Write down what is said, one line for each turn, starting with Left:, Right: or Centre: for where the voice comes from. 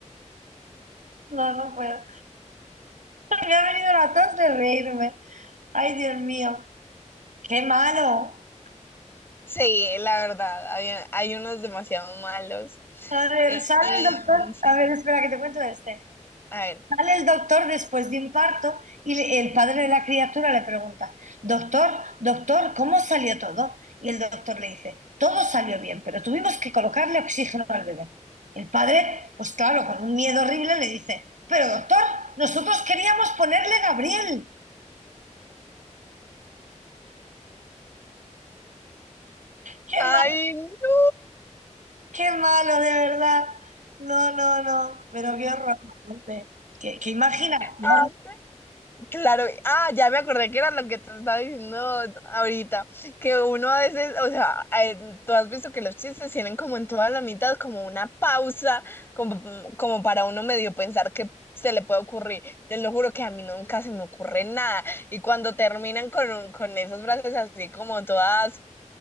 Right: no, no puedo. <laughs> Me ha venido la tos de reírme. Ay, Dios mío, qué malo.
Left: Sí, la verdad, hay, hay unos demasiado malos.
Right: A ver,
Left: Eh,
Right: sale
Left: em,
Right: el doctor.
Left: sí,
Right: A ver, espera que te cuento este.
Left: a ver.
Right: Sale el doctor después de un parto y le- el padre de la criatura le pregunta, doctor, doctor, ¿cómo salió todo? Y el doctor le dice, todo salió bien, pero tuvimos que colocarle oxígeno al bebé. El padre, pues claro, con un miedo horrible le dice, pero doctor, nosotros queríamos ponerle Gabriel. Qué
Left: ¡Ay,
Right: malo,
Left: no!
Right: qué malo, de verdad. No, no, no, pero qué horror. Monse. Qué, qué imaginación,
Left: Ah, claro, ah, ya me acordé que era lo que te estaba diciendo ahorita, que uno a veces, o sea, eh, tú has visto que los chistes tienen como en todas las mitad como una pausa, como, como para uno medio pensar que se le puede ocurrir. Te lo juro que a mí nunca se me ocurre nada. Y cuando terminan con, un- con esas frases así como todas